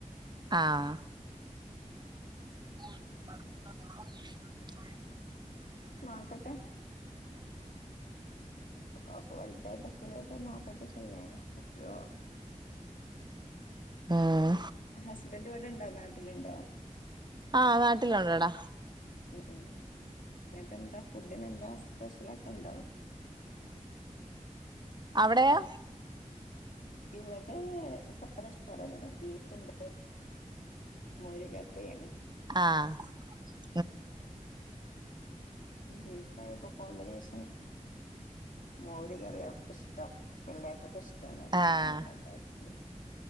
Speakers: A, on the right; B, on the left.
A: ആഹാ <unintelligible>
B: നോക്കട്ടെ ഒക്കെ വലുതായിട്ട് ഫ്രീ ആയിട്ട ഒന്ന് നോക്കട്ടെ ചെയ്യാനും പറ്റൊ
A: ഉം
B: ഹസ്ബൻഡ് ഇവിടെ ഇണ്ടോ നാട്ടിലുണ്ടോ
A: ആഹ് നാട്ടിലുണ്ടെടാ
B: ഉം ഉം ഇന്നട്ടന്താ ഫുഡിന് എന്താ സ്പെഷ്യല ഒക്കെ ഉണ്ടോ
A: അവിടെയൊ
B: ഇവിടെ സാധചോറെന്നെണ് ബീഫുണ്ട് മോര് കറിയാണ്
A: ആഹാ
B: ഉം ബീഫായപ്പോ കോമ്പിനേഷൻ മോര് കറിയ ഇഷ്ടം പിള്ളേർക്കൊക്കെ ഇഷ്ടണ് അപ്പൊ
A: ആഹ്
B: പിന്നെ ങ്ങനെ ഉണ്ടാക്കി